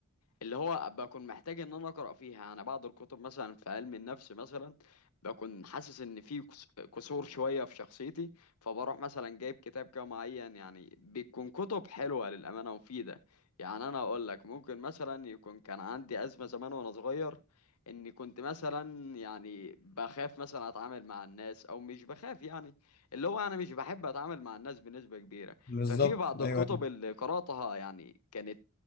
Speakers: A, on the left (about 85°); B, on the left (about 40°).
A: اللي هو بكون محتاج ان انا اقرا فيها انا بعض الكتب مثلا في علم النفس مثلا بكون حاسس ان في كس- كسور شويه في شخصيتي فبروح مثلا جايب كتاب كده معين يعني بتكون كتب حلوه للامانه ومفيده يعني انا اقول لك ممكن مثلا يكون كان عندي ازمه زمان وانا صغير اني كنت مثلا يعني بخاف مثلا اتعامل مع الناس او مش بخاف يعني اللي هو انا مش بحب اتعامل مع الناس بنسبه كبيره
B: بالظبط
A: ففي بعض
B: ايوه
A: الكتب
B: ايوه
A: اللي قراتها يعني كانت